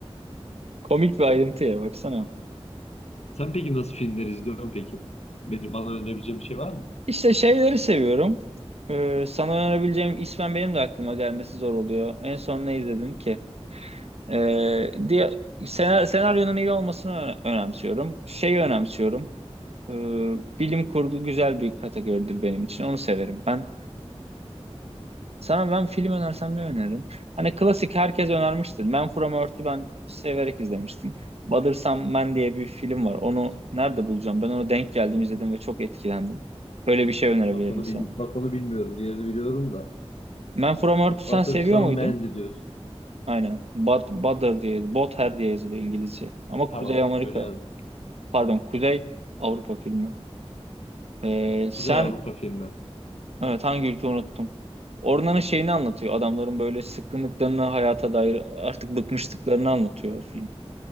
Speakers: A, on the right (about 70°); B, on the left (about 80°).
A: Komik bir ayrıntı ya baksana.
B: Sen peki nasıl filmler izliyorsun peki? Bir, bana önerebileceğin bir şey var mı?
A: İşte şeyleri seviyorum. Ee, sana önerebileceğim ismen benim de aklıma gelmesi zor oluyor. En son ne izledim ki? Ee, diye sena- senaryonun iyi olmasını ö- önemsiyorum. Şeyi önemsiyorum. Ee, bilim kurgu güzel bir kategoridir benim için. Onu severim ben. Sana ben film önersem ne öneririm? Hani klasik herkes önermiştir. Man From Earth'ü ben severek izlemiştim. Mother Some Man diye bir film var. Onu nerede bulacağım? Ben onu denk geldim izledim ve çok etkilendim. Böyle bir şey önerebilirim
B: Bak onu, bil- bak onu bilmiyorum. Diğerini biliyorum da.
A: Man From Earth'ü sen
B: Butter
A: seviyor
B: Some
A: muydun?
B: Mandy diyorsun.
A: Aynen. Bad, Butter diye, Butter diye yazılıyor İngilizce. Ama
B: Tamam
A: Kuzey Amerika,
B: öyle yazdım.
A: pardon Kuzey Avrupa filmi. Ee, sen,
B: Kuzey Avrupa filmi.
A: evet hangi ülke unuttum. Ormanın şeyini anlatıyor. Adamların böyle sıkkınlıklarını hayata dair artık bıkmışlıklarını anlatıyor o film.